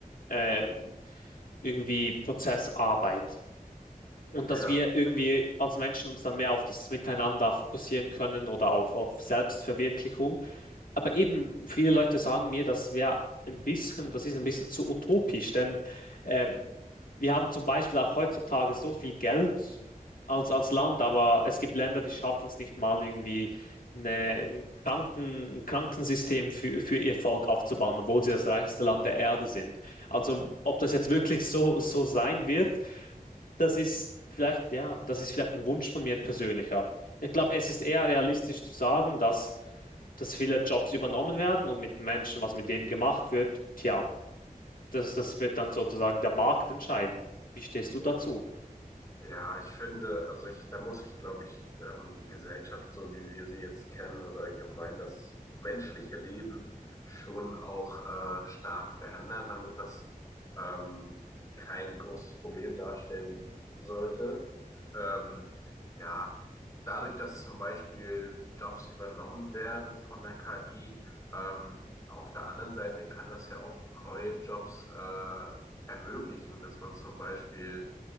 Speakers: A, on the left; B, on the left.
A: äh, irgendwie Prozessarbeit. Und
B: Ja.
A: dass wir irgendwie als Menschen uns dann mehr auf das Miteinander fokussieren können oder auf, auf Selbstverwirklichung. Aber eben viele Leute sagen mir, das wäre ein bisschen, das ist ein bisschen zu utopisch, denn äh, wir haben zum Beispiel auch heutzutage so viel Geld als, als Land, aber es gibt Länder, die schaffen es nicht mal irgendwie eine, ein Kranken, ein Krankensystem für, für ihr Volk aufzubauen, obwohl sie das reichste Land der Erde sind. Also ob das jetzt wirklich so, so sein wird, das ist vielleicht, ja, das ist vielleicht ein Wunsch von mir, ein persönlicher. Ich glaube, es ist eher realistisch zu sagen, dass, dass viele Jobs übernommen werden und mit Menschen, was mit denen gemacht wird, tja, das, das wird dann sozusagen der Markt entscheiden. Wie stehst du dazu?
B: Ja, ich finde, also ich, da muss ich, glaube ich, ähm, die Gesellschaft, so wie wir sie jetzt kennen oder allgemein das menschliche Leben schon auch äh, stark verändern, damit das ähm, kein großes Problem darstellen sollte. Ähm, ja, dadurch, dass zum Beispiel Jobs übernommen werden von der KI, ähm, auf der anderen Seite kann das ja auch neue Jobs äh, ermöglichen, dass man zum Beispiel